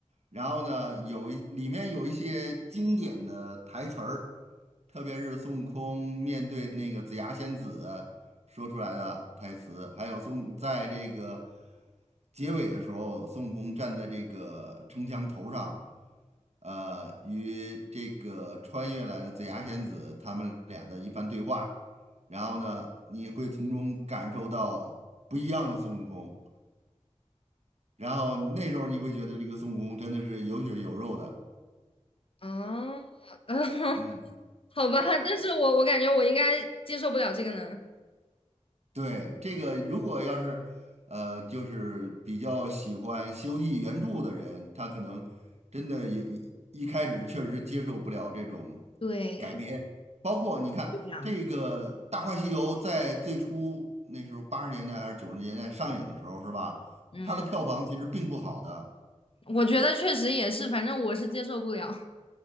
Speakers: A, on the right; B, on the left.
A: 然后呢，有一里面有一些经典的台词儿，特别是孙悟空面对那个紫霞仙子说出来的台词，还有孙在这个结尾的时候，孙悟空站在这个城墙头上，呃，与这个穿越来的紫霞仙子他们俩的一番对话，然后呢，你会从中感受到不一样的孙悟空，然后那时候你会觉得这个孙悟空真的是有血有肉的，
B: 哦，<laughs> <laughs>
A: 嗯。
B: 好吧，但是我我感觉我应该接受不了这个呢。
A: 对，这个如果要是，呃，就是比较喜欢西游记》原著的人，他可能真的有一一开始确实接受不了这种
B: 对，
A: 改编，包括你看这个《大话西游》在最初那时候八十年代还是九十年代上映的时候，
B: 不一样
A: 是吧？
B: 嗯，
A: 它的票房其实并不好的，
B: 我觉得确实也是，反正我是接受不了。